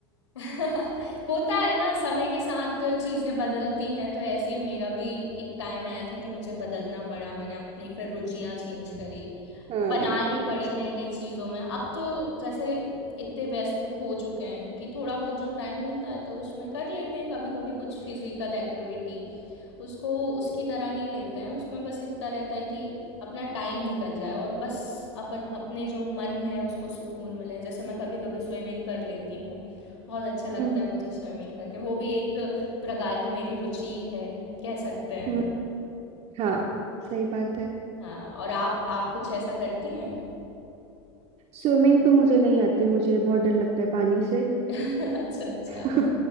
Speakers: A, on the left (about 80°); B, on the right (about 45°).
A: <laughs> होता है ना समय के साथ चीज़ें बदलती हैं तो ऐसे ही मेरा भी एक टाइम आया था कि मुझे बदलना पड़ा मैंने अपनी फिर रुचियाँ चेंज करी
B: हाँ
A: बनानी
B: अच्छा
A: पड़ी नई नई चीज़ों में अब तो जैसे इतने व्यस्त हो चुके हैं कि थोड़ा बहुत जो टाइम मिलता है तो उसमें कर लेते हैं कभी कभी कुछ फिजिकल एक्टिविटी उसको उसकी तरह नहीं लेते हैं उसमें बस इतना रहता है कि अपना टाइम निकल जाए और बस अपन अपने जो मन है उसको सुकून मिले जैसे मैं कभी कभी स्विमिंग कर लेती हूँ बहुत अच्छा लगता
B: हम्म
A: है मुझे स्विमिंग करके वो भी एक प्रकार की मेरी रुचि है कह सकते हैं
B: हम्म, हाँ सही बात है
A: हाँ और आप आप कुछ ऐसा करती हैं
B: स्विमिंग तो मुझे नहीं आती मुझे बहुत डर लगता है पानी से
A: <laughs> अच्छा अच्छा
B: <laughs>